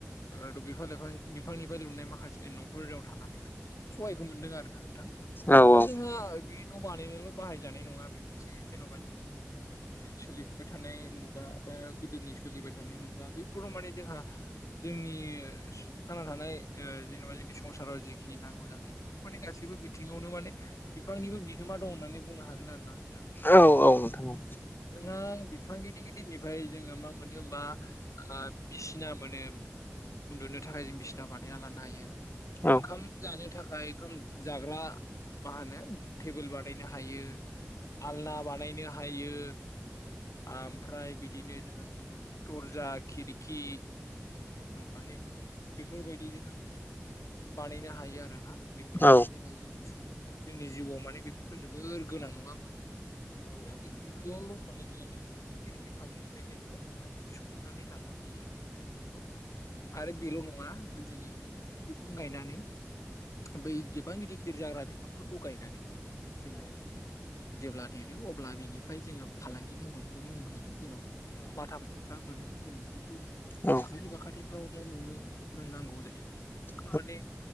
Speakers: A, on the left (about 85°); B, on the left (about 40°).
A: ओ द' बिफां लाइफां बिफांनिफाय लुनाय माखासे न'फोराव थानानै माने सहायखौ मोन्दों आरोना नोंथां।
B: औ औ
A: दा जोंहा बे न' बानायनायावल' बाहायजानाय नङा बे मोनसे जेन'बा जोंनि ओ जे सोलिफुबाय थानाय मु गा बा गोदोनि सोलिबाय थानाय मुगा बेैफोराव माने जोंहा जोंनि थांना थानाय ओ‌ जेन'बा जोंनि संसाराव जिखिनि नांगौ जानाय इफोर माने गासैबो बिथिङावनो माने बिफांनिबो बिहोमा दं होननानै बुंनो हागोन आरोना नोंथां।
B: औ औ औ नोंथां औ।
A: जोंहा बिफां गिदिर गिदिर दिननिफाय जोङो मा मोनो होमबा ओ बिसिना मोनो। उन्दुनो थाखाय जों बिसिना बानायना लानो हायो।
B: औ
A: ओंखाम जानो थाखाय ओंखाम जाग्रा मा होनो टेबोल बानायनो हायो आलना बानायनो हायो। आमफ्राय बिदिनो जोङो दर्जा खिरखि माने बेफोरबायदि जोंहा गोबां बानायनो हायो आरोना। बेफोर
B: औ
A: माने जोंहा जोंनि सम जोंनि जिउआव माने बेफोरथ' जोबोर गोनां नङा होमबा नोंथां? दा बैफोरखौ माने जोङा बेखोदि गिदिर बिफांनिफ्राय जोङो माने सुफुंनानै लानो हायो आरो। ना बिखौ आरो बेल' नङा बिजोङो बिफां गायनानै बै गिबां गिदिर गिदिर जाग्रा बिफांफोरखौ गायनानै जोङो जेब्ला देरो अब्ला बेनिफाय जोङो फालांगि महरैबो मावनो हायो। जेन'बा बाथाम थ'खथा मोनो <inaudible> जों बेफोरखौ जों
B: औ
A: साखाथि बाखाथिफ्राव न' लुनो फोरोंनांगौ जायोब्ला बेफोरनो
B: औ
A: माने